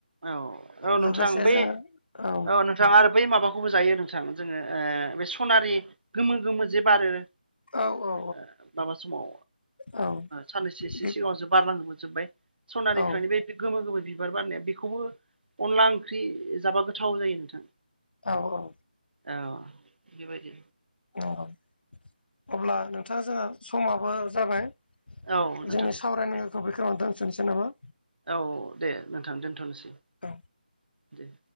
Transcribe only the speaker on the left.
लोगोसे
जोङो
औ औ
औ
बे
औ
औ औ
अब्ला नोंथाङा जोंहा समाबो जाबाय
जोंनि सावरायनांगौखौ
बेखौव दोनथ'नोसै नामा
औ